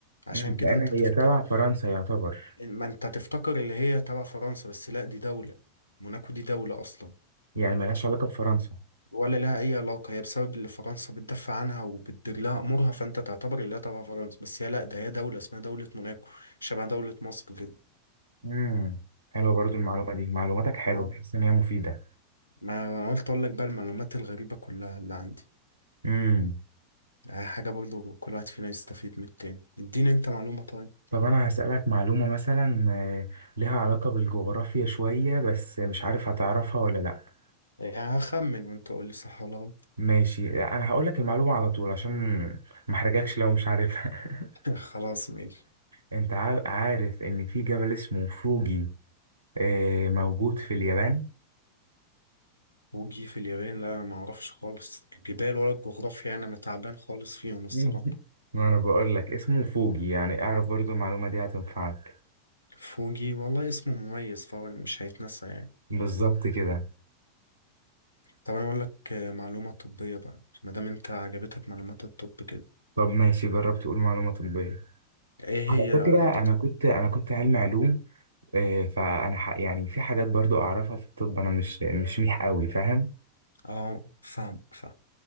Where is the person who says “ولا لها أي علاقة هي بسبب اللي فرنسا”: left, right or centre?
Left